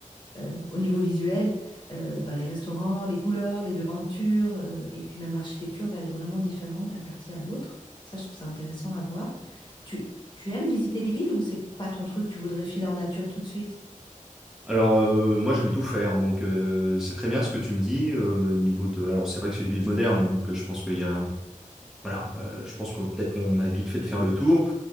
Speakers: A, on the left (about 35°); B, in the centre.
A: euh, au niveau visuel, euh, ben, les restaurants, les couleurs, les devantures, euh, et puis même l'architecture va être vraiment différente d'un quartier à l'autre. Ça, je trouve ça intéressant à voir. Tu, tu aimes visiter les villes ou c'est pas ton truc, tu voudrais filer en nature tout de suite?
B: Alors, heu, moi j'aime tout faire donc heu, c'est très bien ce que tu me dis, heu, niveau de alors c'est vrai que c'est une ville moderne, donc heu, je pense qu'il y a Voilà, euh, je pense que peut-être qu'on a vite fait de faire le tour.